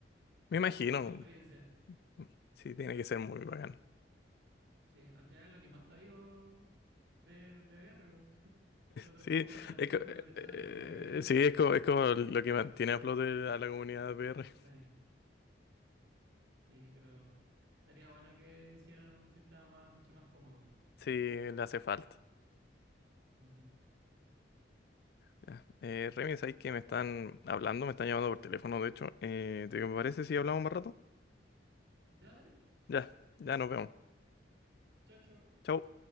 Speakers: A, on the right (about 80°); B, on the left (about 55°).
A: Es
B: Me
A: como
B: imagino,
A: otra experiencia.
B: mm, sí, tiene que ser muy bacán.
A: Sí, al final es lo que más te digo de, de VR. <laughs> Los otros
B: Sí,
A: juegos mueren al
B: es,
A: tiro,
B: co-
A: el
B: eh,
A: VR chat
B: eh,
A: es lo único que hay.
B: sí, es, co- es como lo que mantiene a flote a la comunidad de PR.
A: Sí. Sí, pero estaría bueno que hicieran un sistema más- mucho más cómodo.
B: Sí, le hace falta.
A: Ujú.
B: Ya. Eh, Remy, ¿sabes que me están hablando? Me están llamando por teléfono, de hecho. Eh, ¿te parece si hablamos más rato?
A: Ya, dale.
B: Ya, ya nos vemos.
A: Chao, chao.
B: Chau.